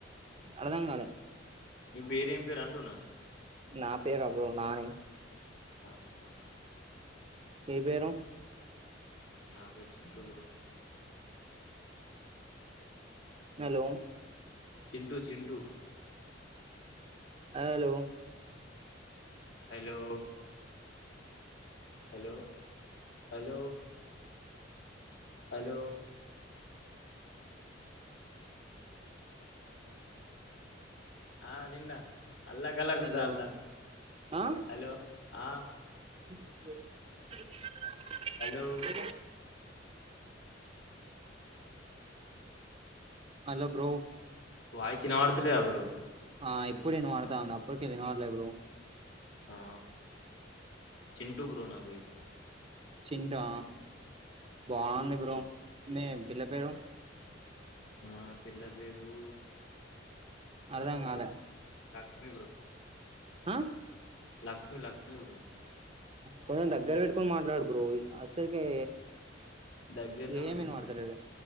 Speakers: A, on the right; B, on the left.
A: అర్థం కాలే
B: మీ పేరు ఏం పేరు అంటున్నా
A: నా పేరా బ్రో నాని
B: ఆ, యా బ్రో.
A: మీ పేరు
B: నా పేరు Chintu bro
A: hello
B: Chintu Chintu
A: hello
B: hello hello hello hello ఆ నిన్న అల్లా కల్లో గున్న
A: హలో
B: దంతా
A: ఆ
B: హలో ఆ
A: <inaudible>
B: హలో
A: అ హలో బ్రో
B: వాయిస్ వినబడత లేదా బ్రో
A: ఆ ఇప్పుడు ఇనబడుతంది అప్పుడు ఇనబడలేదు బ్రో
B: ఆ చింటూ బ్రో నా పేరు
A: చింటా బాగుంది బ్రో మీ పిల్ల పేరు
B: మా పిల్ల పేరు
A: అర్థం
B: లక్ష్మి
A: కాల
B: లక్ష్మి
A: ఆ
B: లక్ష్మీ లక్ష్మీ బ్రో
A: కొంచెం దగ్గర పెట్టుకొని మాట్లాడు బ్రో అసలుకే
B: దగ్గరనే
A: ఏం
B: ఉంది
A: ఇనబడుతలేదు
B: బ్రో